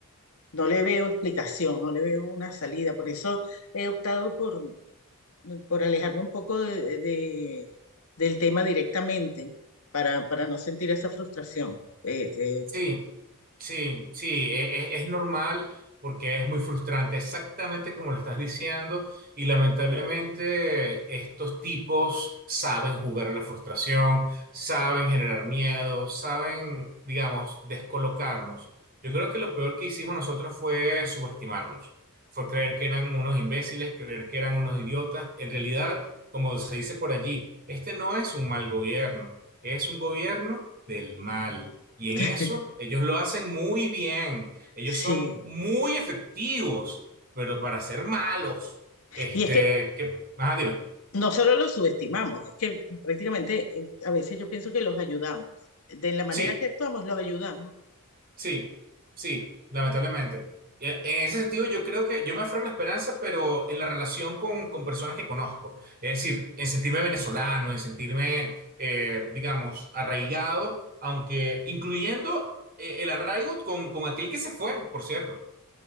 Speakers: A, on the left (about 75°); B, on the right (about 40°).
A: no le veo explicación, no le veo una salida. Por eso he optado por, por alejarme un poco de, de- del tema directamente para, para no sentir esa frustración. Eh, eh,
B: Sí. Sí, sí, e- e- es, normal porque es muy frustrante, exactamente como lo estás diciendo, y lamentablemente estos tipos saben jugar a la frustración, saben generar miedo, saben, digamos, descolocarnos. Yo creo que lo peor que hicimos nosotros fue subestimarlos, fue creer que eran unos imbéciles, creer que eran unos idiotas. En realidad, como se dice por allí, este no es un mal gobierno, es un gobierno del mal. Y
A: <laughs>
B: en eso ellos lo hacen muy bien. Ellos
A: sí.
B: son muy efectivos, pero para ser malos. Este,
A: Y es que
B: que, ajá, dime.
A: no solo los subestimamos, es que prácticamente eh, a veces yo pienso que los ayudamos. De la manera
B: Sí,
A: que actuamos, los ayudamos.
B: sí, sí, lamentablemente. Y e, En ese sentido, yo creo que yo me aferro a la esperanza, pero en la relación con, con personas que conozco. Es decir, en sentirme venezolano, en sentirme, eh, digamos, arraigado, aunque incluyendo eh, el arraigo con, con aquel que se fue, por cierto.